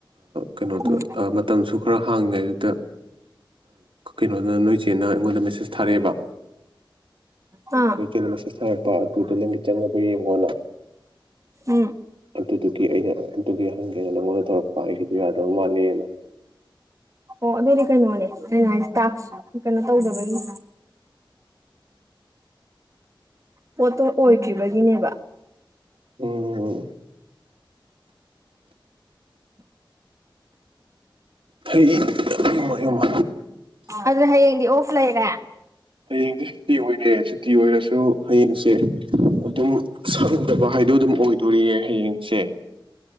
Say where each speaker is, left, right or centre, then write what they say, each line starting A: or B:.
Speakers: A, on the right; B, on the right.
A: ꯀꯩꯅꯣꯗꯣ
B: ꯎꯝ
A: ꯃꯇꯝꯁꯨ ꯈꯔ ꯍꯥꯡꯉꯤꯉꯩꯗꯨꯗ ꯀꯩꯅꯣꯗ ꯅꯣꯏ ꯆꯦꯅ ꯑꯩꯉꯣꯟꯗ ꯃꯦꯁꯦꯖ ꯊꯥꯔꯛꯑꯦꯕ
B: ꯑꯥ
A: ꯅꯣꯏꯆꯦꯅ ꯃꯦꯁꯦꯖ ꯊꯥꯔꯛꯄ ꯑꯗꯨꯗꯣ ꯅꯪꯒꯤ ꯆꯪꯉꯕ ꯌꯦꯡꯉꯣꯅ
B: ꯎꯝ
A: ꯑꯗꯨꯗꯨꯒꯤ ꯑꯩꯅ ꯑꯗꯨꯒꯤ ꯍꯪꯒꯦꯅ ꯅ ꯃꯣꯟꯗ ꯇꯧꯔꯛꯄ ꯑꯩꯒꯤꯗ ꯌꯥꯗꯕ ꯃꯥꯜꯂꯤꯅ
B: ꯑꯣ ꯑꯗꯨꯗꯤ ꯀꯩꯅꯣꯅꯦ ꯑꯩꯅ ꯍꯥꯏꯁ ꯇꯥꯛꯁ ꯀꯩꯅꯣ ꯇꯧꯗꯕꯒꯤ ꯄꯣꯠꯇꯣ ꯑꯣꯏ꯭ꯔꯤꯕꯒꯤꯅꯦꯕ
A: ꯑꯣꯝ ꯍꯩ ꯌꯃ ꯌꯃ
B: ꯑꯗꯨꯅ ꯍꯌꯦꯡꯗꯤ ꯑꯣꯐ ꯂꯩꯔꯦ
A: ꯍꯌꯦꯡꯗꯤ ꯁꯨꯇꯤ ꯑꯣꯏꯔꯦ ꯁꯨꯇꯤ ꯑꯣꯏꯔꯁꯨ ꯍꯌꯦꯡꯁꯦ ꯑꯗꯨꯝ ꯁꯪꯗꯕ ꯍꯥꯏꯗꯣ ꯑꯗꯨꯝ ꯑꯣꯏꯗꯣꯔꯤꯌꯦ ꯍꯌꯦꯡꯁꯦ